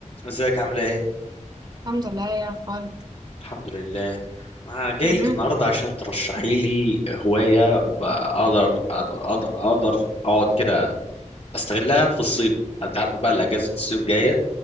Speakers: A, on the left; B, on the right.
A: ازيك عاملة ايه؟
B: الحمد لله يا اخبارك
A: الحمد لله أنا جاي
B: مهم.
A: لك النهاردة عشان ترشحي لي هواية ب- أقدر أقدر أقدر أقعد كده أستغلها في الصيف أنت عارف بقى الأجازة الصيف جاية